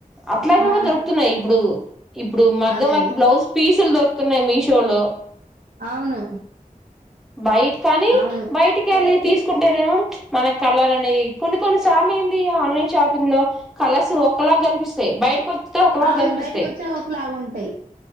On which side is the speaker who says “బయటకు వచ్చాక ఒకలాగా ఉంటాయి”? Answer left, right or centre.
Right